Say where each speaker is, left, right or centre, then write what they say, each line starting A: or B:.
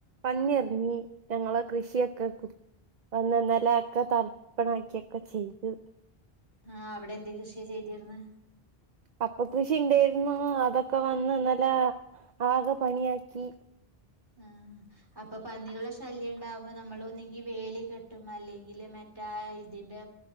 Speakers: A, on the right; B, on the right.
A: പന്നിറിങ്ങി ഞങ്ങളെ കൃഷിയൊക്കെ വന്ന് നിലൊക്കെ തർപ്പണക്കിക്കെ ചെയ്തു.
B: ആഹ് അവിടെ എന്ത കൃഷിയ ചെയ്തിരന്ന്
A: കപ്പ കൃഷി ഉണ്ടായിരുന്നു. അതൊക്കെ വന്ന് നല്ല ആക പണിയാക്കി
B: ആ അപ്പൊ പന്നികള് ശല്യം ഉണ്ടാവുമ്പോ നമ്മൾ ഒന്നങ്കി വേലി കെട്ടും അല്ലെങ്കില് മറ്റേ ഇതിന്റെ